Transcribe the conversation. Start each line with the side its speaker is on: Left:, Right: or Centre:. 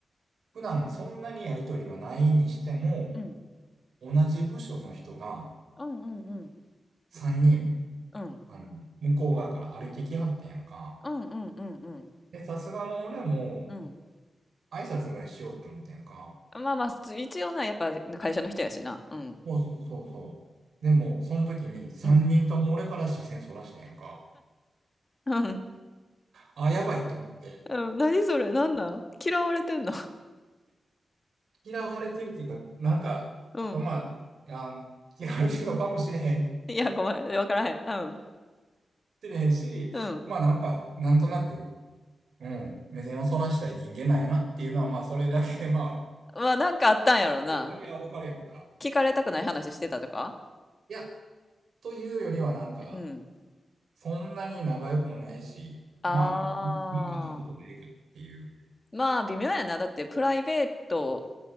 Right: 普段そんなにやりとりはないにしても、
Left: うん。
Right: 同じ部署の人が
Left: うんうんうん。
Right: 3人、
Left: うん。
Right: あの、向こう側から歩いてきはってんやんか。
Left: うんうんうんうん。
Right: で、さすがの俺も
Left: うん。
Right: 挨拶ぐらいしようって思ってんやんか。
Left: まあまあ、す一応な、やっぱ会社の人やしな。うん。
Right: そうそうそうそう。でも、その時に3人とも俺から視線そらしてんやんか。
Left: うん。うん
Right: あ、やばいと思って。
Left: うん。何それ、なんなん嫌われてんの
Right: 嫌われてるっていうか、なんか、
Left: <laughs> うん。
Right: まあ、あ嫌われてるのかもしれへん、
Left: いや、ごめん、わからへん。うん。
Right: しれへんし、
Left: うん。
Right: まあなんか、なんとなく、うん、目線をそらしたい人間なんやなっていうのは、まあ、それだけで、まあ、
Left: まあ、なんかあったんやろうな。
Right: それだけはわかるやんか。
Left: 聞かれたくない話してたとか
Right: いや、というよりはなんか、
Left: うん。
Right: そんなに仲良くもないし、
Left: ああ。
Right: まあ、み見んったことでええかっていう。
Left: まあ、微妙やな。だって、プライベート